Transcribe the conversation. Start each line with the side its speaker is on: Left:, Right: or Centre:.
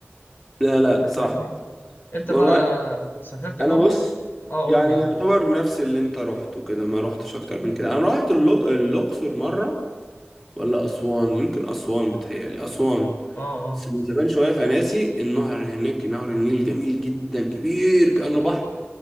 Centre: لا لا
Left: انت فاهمني
Centre: صح
Left: انت
Centre: والله
Left: بقى سافرت جوه
Centre: انا
Left: مصر
Centre: بص
Left: اه قول
Centre: يعني
Left: لي
Centre: يعتبر نفس اللي انت رحته كده ما رحتش اكتر من كده انا رحت اللو- الاقصر مره ولا اسوان يمكن اسوان بتهيألي اسوان
Left: اه اه
Centre: بس من زمان شويه فناسي النهر هناك نهر النيل جميل جدا كبير كأنه بحر